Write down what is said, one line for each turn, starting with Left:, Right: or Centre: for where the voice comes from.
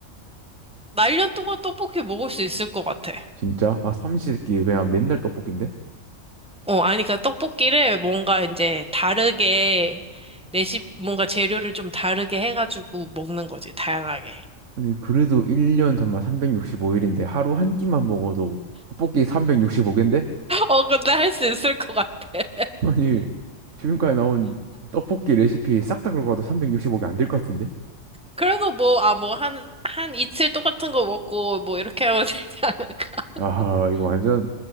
Centre: 나 1년 동안 떡볶이 먹을 수 있을 것 같아.
Right: 진짜? 아, 삼시세끼 그냥 맨날 떡볶인데?
Centre: 어, 아니, 그러니까 떡볶이를 뭔가 이제 다르게, 레시피, 뭔가 재료를 좀 다르게 해가지고 먹는 거지, 다양하게.
Right: 아니 그래도 1년 잠만 365일인데 하루 한 끼만 먹어도 떡볶이 365개인데?
Centre: <laughs> 어, 근데 할 수 있을 것 같아.
Right: <laughs> 아니 지금까지 나온 떡볶이 레시피 싹 다 들어가도 365개 안 될 것 같은데?
Centre: 그래서 뭐, 아, 뭐, 한, 한 이틀 똑같은 거 먹고, 뭐, 이렇게 하면 되지 않을까? <laughs>
Right: 아 이거 완전